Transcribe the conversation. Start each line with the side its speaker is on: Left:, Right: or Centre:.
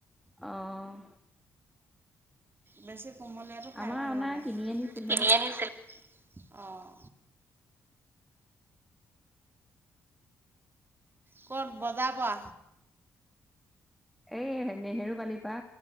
Centre: অঁ!
Right: বেছি কোমলীয়াটো খাই
Centre: আমাৰ
Right: ভাল
Centre: অনা
Right: নালাগে
Centre: কিনি আনিছিলে
Right: কিনি আনিছে অঁ। ক'ত বজাৰ পৰা।
Centre: এই নেহেৰু পালিপা